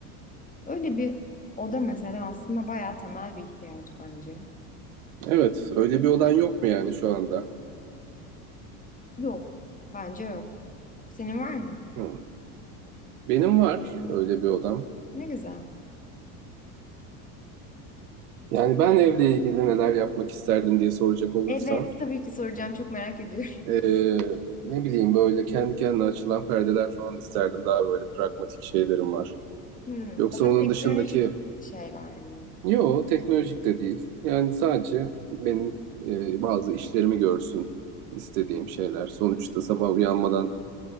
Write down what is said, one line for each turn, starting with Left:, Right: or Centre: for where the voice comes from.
Left: Öyle bir oda mesela aslında bayağı temel bir ihtiyaç bence.
Right: Evet, öyle bir odan yok mu yani şu anda?
Left: Yok. Bence yok. Senin var mı?
Right: Hı. Benim var öyle bir odam.
Left: Ne güzel.
Right: Yani ben evle ilgili neler yapmak isterdim diye soracak olursan,
Left: Evet, tabii ki soracağım. Çok merak ediyorum. <laughs>
Right: eee, ne bileyim böyle kendi kendine açılan perdeler falan isterdim. Daha böyle pragmatik şeylerim var.
Left: Hmm,
Right: Yoksa
Left: daha
Right: onun
Left: teknolojik
Right: dışındaki,
Left: şeyler mi?
Right: yo teknolojik de değil. Yani sadece benim eee, bazı işlerimi görsün istediğim şeyler. Sonuçta sabah uyanmadan